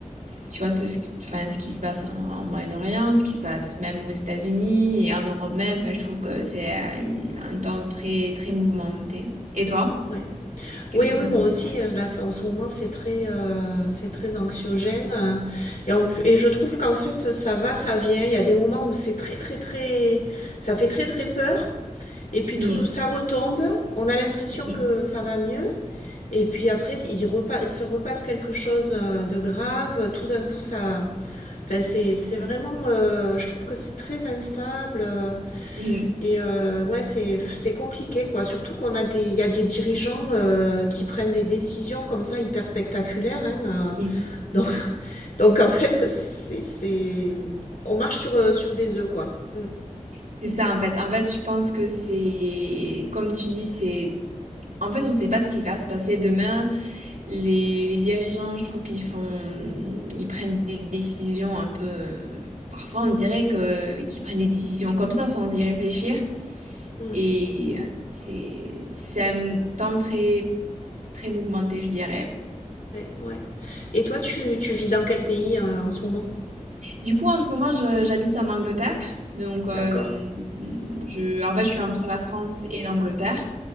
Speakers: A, on the right (about 75°); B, on the left (about 85°).
A: tu vois, ce, enfin, ce qui se passe en, en Moyen-Orient, ce qui se passe même aux États-Unis et en Europe même, enfin, je trouve que c'est euh, une- un temps très, très mouvementé. Et toi?
B: Ouais.
A: Qu'est-ce
B: Oui,
A: que t'en
B: oui, moi
A: penses?
B: aussi, euh, là, c'est- en ce moment, c'est très, euh, c'est très anxiogène. euh, Et, en plus, et je trouve qu'en fait, ça va, ça vient. Il y a des moments où c'est très, très, très, ça fait très, très peur. Et puis
A: Mm,
B: tout, ça retombe. On a l'impression
A: mm,
B: que ça va mieux. Et puis après, il, repa- il se repasse quelque chose euh, de grave. Tout d'un coup, ça. Enfin, c'est c'est vraiment. euh, je trouve que c'est très instable. euh,
A: mm,
B: et euh, ouais, c'est c'est compliqué, quoi. Surtout qu'on a des, il y a des dirigeants euh, qui prennent des décisions comme ça hyper spectaculaires. hein, euh.
A: mm.
B: donc, donc en fait, c'est. c'est- On marche sur, euh, sur des œufs, quoi. Mm,
A: C'est ça, en fait. En fait, je pense que c'est, comme tu dis, c'est, en fait, on ne sait pas ce qui va se passer demain. Les, les dirigeants, je trouve qu'ils font, ils prennent des décisions un peu, parfois, on dirait que, qu'ils prennent des décisions comme ça, sans y réfléchir.
B: mm,
A: Et c'est c'est un temps très très mouvementé, je dirais.
B: ouais, ouais. Et toi, tu, tu vis dans quel pays euh, en ce moment?
A: Du coup, en ce moment, je- j'habite en Angleterre. Donc, euh,
B: D'accord,
A: je, en fait, je suis entre la France et l'Angleterre.